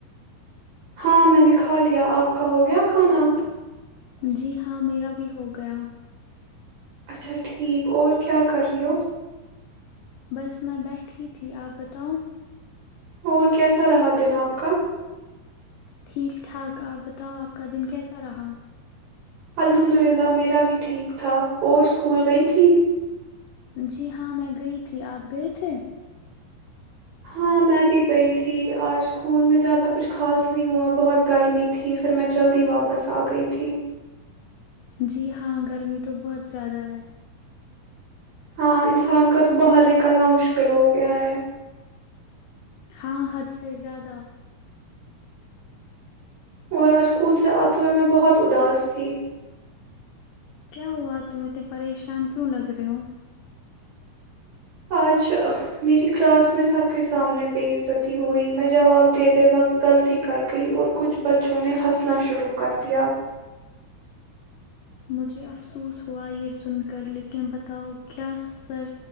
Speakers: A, on the right; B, on the left.
A: ہاں میں نے کھا لیا آپ کا ہو گیا کھانا
B: جی ہاں میرا بھی ہو گیا
A: اچھا ٹھیک اور کیا کر رہی ہو
B: بس میں بیٹھی تھی آپ بتاؤ
A: اور کیسا رہا دن آپ کا
B: ٹھیک ٹھاک آپ بتاؤ آپ کا دن کیسا رہا
A: الحمد للہ میرا بھی ٹھیک تھا اور اسکول گئی تھی
B: جی ہاں میں گئی تھی آپ گئے تھے
A: ہاں میں بھی گئی تھی آج اسکول میں زیادہ کچھ خاص نہیں ہوا بہت گرمی تھی پھر میں جلدی واپس آ گئی تھی
B: جی ہاں گرمی تو بہت زیادہ ہے
A: ہاں انسان کا تو باہر نکلنا مشکل ہو گیا ہے
B: ب حد سے زیادہ
A: اور آج اسکول سے آتے ہوئے میں بہت اداس تھی
B: کیا ہوا تم اتنے پریشان کیوں لگ رہے ہو
A: آج میری کلاس میں سب کے سامنے بے عزتی ہوئی میں جواب دیتے وقت غلطی کر گئی اور کچھ بچوں نے ہنسنا شروع کر دیا
B: مجھے افسوس ہوا یہ سن کر لیکن بتاؤ کہ کیا سر